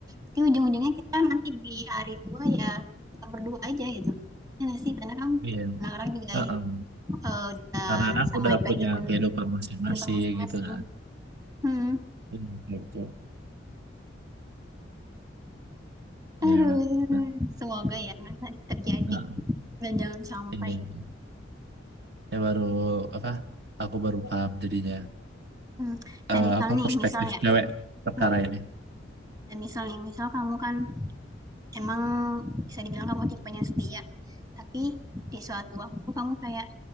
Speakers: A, on the right; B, on the right.
A: Tapi ujung-ujungnya kita nanti di hari tua ya kita berdua aja gitu. Ya nggak sih karena kan
B: Iya,
A: anak-anak juga
B: heeh.
A: eh, udah
B: Karena anak
A: sama
B: udah
A: kehidupan
B: punya kehidupan masing-masing
A: kehidupan masing-masing.
B: gitu kan.
A: Hmm.
B: Iya, betul. betul. Iya,
A: Aduh,
B: Bang.
A: semoga ya nggak terjadi
B: Heeh,
A: dan jangan sampai.
B: iya, iya. Ya baru apa? Aku baru paham jadinya.
A: Hmm. Dan
B: eh,
A: misal
B: apa
A: nih,
B: perspektif
A: misal ya,
B: cewek perkara
A: Hmm.
B: ini?
A: dan misal nih, misal kamu kan emang bisa dibilang kamu tipenya setia, tapi di suatu waktu kamu kayak